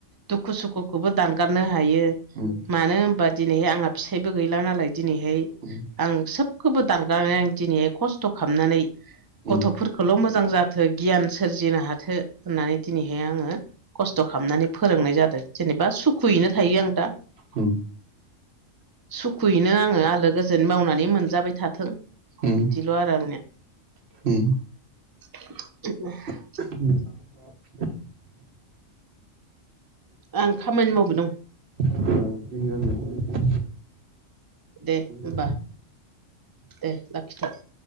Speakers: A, on the right; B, on the right.
A: दुखु-सुखुखौबो दानगारनो हायो
B: दोङो
A: मानो होनबा दिनैहाय आंहा फिसायबो गैला नालाय दिनैहाय
B: उम
A: आं सोबखोबो दानगारनानै आं दिनैहाय खस्थ' खालामनानै
B: उम
A: गथ' खोल' मोजां जाथो गियान सोरजिनो हाथो होननानै दिनैहाय आङो खस्थ' खालामनानै फोरोंनाय जादो जेनेबा सुखुयैनो थायो आं दा।
B: उम
A: सुखुयैनो आङो आलो गोजोन मावनानै मोनजाबाय थाथों
B: उम
A: बिदिल' आरो आंनिया।
B: उम।
A: <inaudible>
B: <inaudible>
A: आं खामानि मावबाय दं।
B: <inaudible>
A: दे ओमबा
B: ओ
A: दे लाखिथ'।